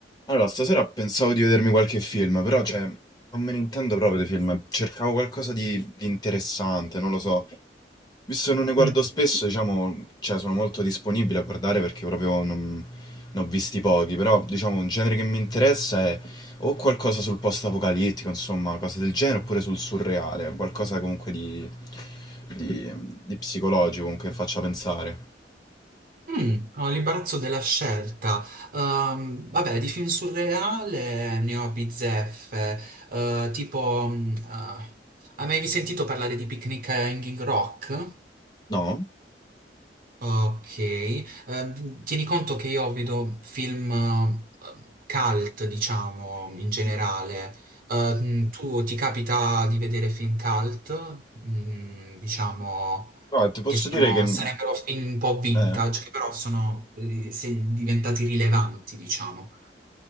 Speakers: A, on the left; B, on the right.
A: Allora, stasera pensavo di vedermi qualche film, però cioè, non me ne intendo proprio di film. Cercavo qualcosa di, di interessante, non lo so. Visto che non ne guardo
B: Mm.
A: spesso, diciamo, cioè, sono molto disponibile a guardare perché proprio non, ne ho visti pochi. Però, diciamo, un genere che mi interessa è o qualcosa sul post-apocalittico, insomma, cose del genere, oppure sul surreale, qualcosa comunque di, di, di psicologico, comunque che faccia pensare.
B: Mm, ho l'imbarazzo della scelta. Ehm, vabbè, di film surreale ne ho bizzeffe. Eh, tipo, mm, eh, hai mai sentito parlare di Picnic a Hanging Rock?
A: No?
B: Ok. Ehm, tieni conto che io vedo film eh, cult, diciamo, in generale. Ehm, tu ti capita di vedere film cult? Mm, diciamo.
A: No, ti posso
B: che sono-
A: dire che...
B: sarebbero film un po' vintage,
A: Eh?
B: che però sono eh, se- diventati rilevanti, diciamo.